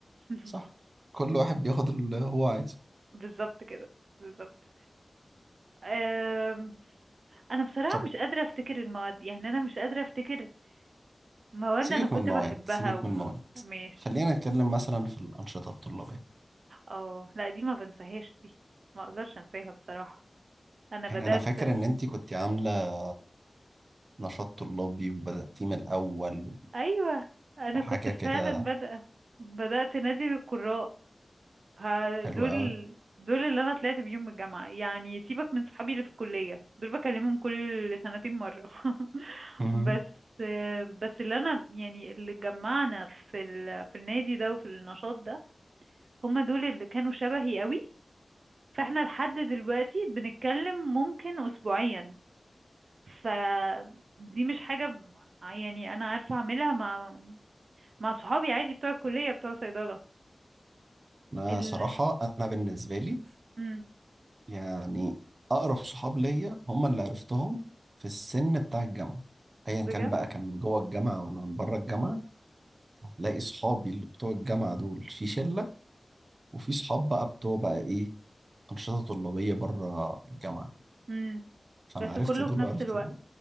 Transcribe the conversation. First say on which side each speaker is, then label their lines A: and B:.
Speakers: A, on the right (about 80°); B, on the right (about 55°).
A: <laughs>
B: صح كل واحد بياخد اللي هو عايزه
A: بالظبط كده بالظبط أم، انا بصراحة
B: طب
A: مش قادرة افتكر المواد يعني انا مش قادرة افتكر مواد
B: سيبك
A: انا كنت
B: من المواد
A: بحبها
B: سيبك
A: وما
B: من المواد
A: ماشي
B: خلينا نتكلم مثلا في الأنشطة الطلابية
A: اه لا دي ما بنساهاش دي ما اقدرش انساها بصراحة انا بدأت
B: يعني أنا فاكر إن أنتي كنت عاملة نشاط طلابي وبدأتيه من الأول
A: ايوه انا
B: وحاجة
A: كنت فعلا
B: كده
A: بادئة بدأت نادي القراء فدول
B: حلوة أوي
A: دول اللي انا طلعت بيهم من الجامعة يعني سيبك من صحابي اللي في الكلية دول بكلمهم كل سنتين مرة <laughs>
B: مم.
A: بس بس اللي انا يعني اللي جمعنا في ال... في النادي ده وفي النشاط ده هما دول اللي كانوا شبهي قوي فاحنا لحد دلوقتي بنتكلم ممكن اسبوعيا فدي مش حاجة ب- يعني انا عارفة اعملها مع مع صحابي عادي بتوع الكلية بتوع صيدلة
B: أنا
A: ال...
B: صراحة أنا بالنسبة لي
A: امم
B: يعني أقرب صحاب ليا هم اللي عرفتهم في السن بتاع الجامعة أيا
A: بجد
B: كان بقى كان من جوه الجامعة ولا من بره الجامعة هتلاقي صحابي اللي بتوع الجامعة دول في شلة وفي صحاب بقى بتوع بقى إيه أنشطة طلابية بره الجامعة
A: امم
B: فأنا
A: بس
B: عرفت
A: كله
B: دول
A: في نفس
B: وعرفت
A: الوقت
B: دول